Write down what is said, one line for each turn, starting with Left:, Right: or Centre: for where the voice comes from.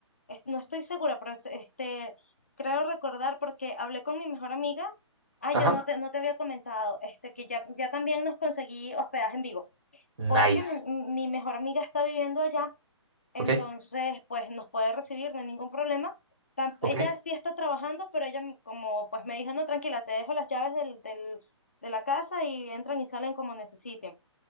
Left: es- no estoy segura, pero es- este, creo recordar porque hablé con mi mejor amiga, ah,
Right: Ajá.
Left: yo no te, no te había comentado, este, que ya, ya también nos conseguí hospedaje en Vigo,
Right: Nice.
Left: porque mi, mi mejor amiga está viviendo allá entonces
Right: ¿Ok?
Left: pues nos puede recibir, no hay ningún problema. Tam-
Right: Ok,
Left: Ella sí está trabajando, pero ella m- como pues me dijo, no, tranquila, te dejo las llaves del, del- de la casa y entran y salen como necesiten.